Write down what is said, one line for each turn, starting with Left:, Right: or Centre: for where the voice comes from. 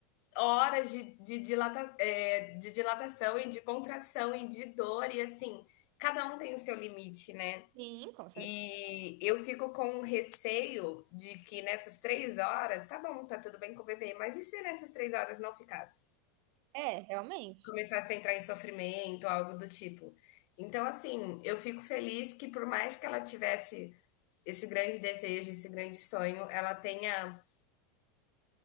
Left: horas de, de, dilata, é, de dilatação e de contração e de dor, e assim, cada um tem o seu limite, né?
Right: sim, com certeza.
Left: E eu fico com receio de que nessas três horas, tá bom, tá tudo bem com o bebê, mas e se nessas três horas não ficasse?
Right: É, realmente.
Left: Começasse a entrar em sofrimento, algo do tipo. Então, assim, eu fico feliz que por mais que ela tivesse esse grande desejo, esse grande sonho, ela tenha